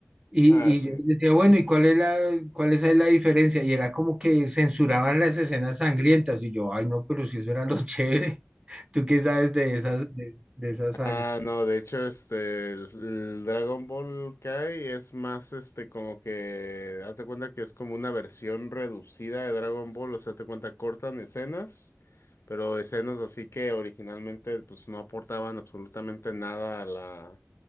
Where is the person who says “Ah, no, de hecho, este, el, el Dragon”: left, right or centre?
Left